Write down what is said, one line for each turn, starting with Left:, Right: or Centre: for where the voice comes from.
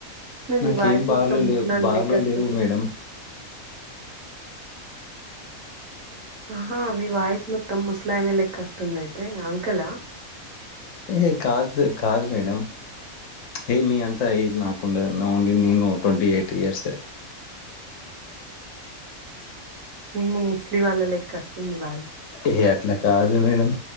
Right: మరి
Left: నాకు
Right: మీ వాయిస్
Left: ఏం బార్లు
Right: మొత్తం ముసలోని
Left: లేవు బార్లు
Right: లెక్కొస్తుంది.
Left: లేవు మేడమ్
Right: ఆహా మీ వాయిస్ మొత్తం ముసలాయన లెక్క వస్తుంది అయితే అంకులా
Left: ఏహే కాదు కాదు మేడమ్ ఏ మీ అంత ఏజ్ నాకుండదు ఓన్లీ నేను ట్వంటీ ఎయిట్ ఇయర్స్ ఏ
Right: ఏమో ముసలి వాళ్ళ లెక్క వస్తుంది వాయిస్
Left: ఏ అట్లా కాదు మేడం.